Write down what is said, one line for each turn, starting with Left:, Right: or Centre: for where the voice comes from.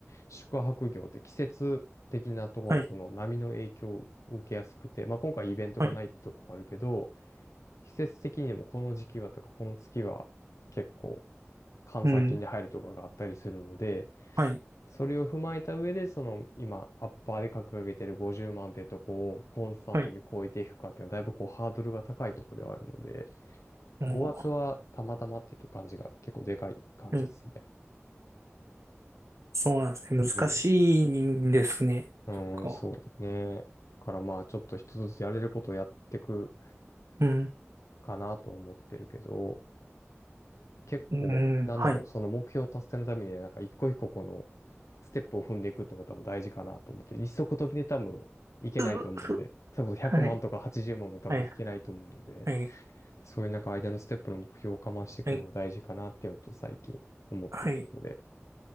Left: 宿泊業って季節的なところのこの波の影響を受けやすくて、
Right: はい、
Left: まあ、今回イベントがないってとこもあるけど、
Right: はい、
Left: 季節的にもこの時期はとかこの月は結構閑散期に入るとかがあったりするので、
Right: うん、はい、
Left: それを踏まえた上で、その今アッパーで掲げてる50万ってとこをコンスタントに超えていくかっていうのはだいぶこうハードルが高いところではあるので、
Right: はい、も
Left: 5月はたまたまっていうと感じが結構でかい感じですね。
Right: う、うん、そうなんですね。難しいんですね。
Left: うん。うん、
Right: そっか
Left: そうね。だからまあちょっと一つずつやれることをやっていく
Right: うん、
Left: かなと思ってるけど、結構、
Right: うん、
Left: なんだろう、
Right: はい。う
Left: その目標達成のためにはなんか一個一個このステップを踏んでいくっていうのが多分大事かなと思って、一足飛びで多分いけないと思うんで、
Right: うう
Left: それこそ100万とか80万も多分いけないと思うんで、
Right: はい、はい、はい、
Left: そういうなんか間のステップの目標をかましていくのが大事かなっていうのと最近思ってるところで。
Right: はい。はい